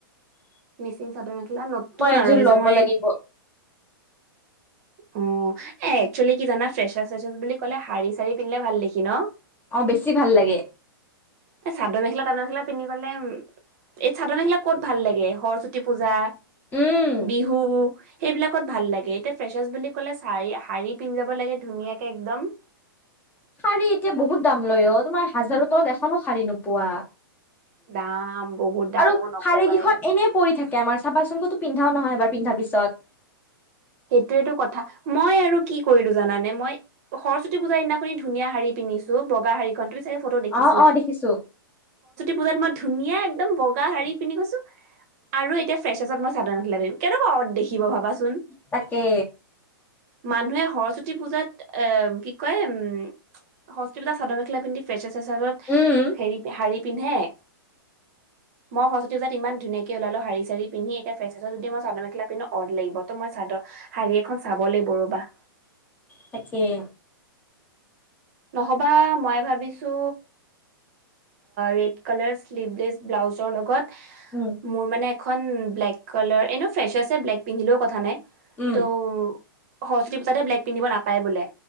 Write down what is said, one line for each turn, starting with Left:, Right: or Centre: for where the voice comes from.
Right: মিচিং চাদৰ মেখেলা নতুন
Left: মই একযোৰ
Right: আৰু সেইযোৰ
Left: ল'ব
Right: মই
Left: লাগিব
Right: অ এ একচুৱেলি কি জানা ফ্ৰেচছ চেচছ বুলি ক'লে শাৰী চাৰি পিন্ধে ভাল দেেখি ন
Left: অ বেছি ভাল লাগে
Right: এই চাদৰ মেখেলা তাদৰ মেখেলা পিন্ধি গ'লে এই চাদনাবিলাক ক'ত ভাল লাগে সৰস্বতী পূজা
Left: উম
Right: বিহু সেইবিলাকত ভাল লাগে এতিয়া ফ্ৰেচাৰছ বুলি ক'লে শাৰী শাৰী পিন্ধ যাব লাগে ধুনীয়াকে একদম
Left: শাৰী এতিয়া বহুত দাম লয় অ তোমাৰ হাজাৰৰ তত এখনো শাাৰী নোপোৱা
Right: দাম বহুত দাম
Left: আৰু
Right: অ নকবাই
Left: শাৰেী কেইখন এনেই পৰি থাকে তে আমাৰ চাবাচোন কতো পিন্ধাও নহয় এবাৰ পিন্ধা পিছত
Right: সেইটোয়টো কথা মই আৰু কি কৰিলো জানানে মই সৰস্বতী পূজা সদিনাখনি ধুনীয়া শাৰী প বগাুি ফটো দেখি
Left: অ অ দেখিছো
Right: প মই ধুনীয়া একদম বগা শড়ী পিন্ধি গৈছো আৰু এতিয়া ফ্ৰেচাছত মই চাদনখিলাবিম কেনেকুৱা দেখিব ভাবাচোন
Left: তাকে
Right: মানুহে সৰস্বতী পূজাত এ কি কয় উম সস্তিপঠা চাদৰ মেখেলা পিন্ধি ফ্ৰেচাৰ চেচাৰত
Left: উম
Right: হেৰি শাৰী পিন্ধে অ মইস্বীজাতমান ধুনীয়াক ওলালো শাৰীাৰি পিন্ধি এয়াোইছ যদি ম চাদ মেখেলা পন্ধ অ লিব ত মইাদৰ শাৰী এখন চাব লাগিব ৰ'বা।
Left: তাকয়
Right: নহবা মই ভাবিছো ৰেড কালাৰ শ্লিভলেছ ব্লাউজৰ লগত
Left: উম
Right: মোৰ মানে এখন ব্লেক কালাৰ এনেো ফ্ৰেচ আছে ব্লেক পিন্ধিলেও কথা নাই
Left: উম
Right: ত' সৰস্বতী পূজাতে ব্লেক পিন্ধিব নাপায় বোলে